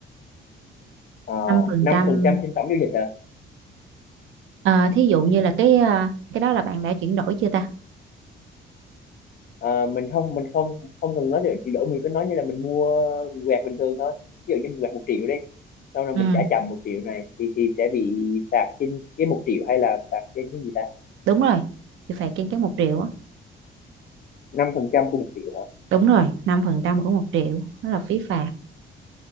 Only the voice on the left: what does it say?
Ờ,
năm phần
trăm trên tổng giao dịch hả?
Ờ, mình không mình không không cần nói về chuyển đổi mình cứ nói như là mình mua quẹt bình thường thôi. Ví dụ như mình quẹt một triệu đi, sau rồi
mình trả chậm một triệu này thì thì sẽ bị phạt trên cái một triệu hay là phạt trên cái gì ta?
Năm phần trăm của một triệu hả?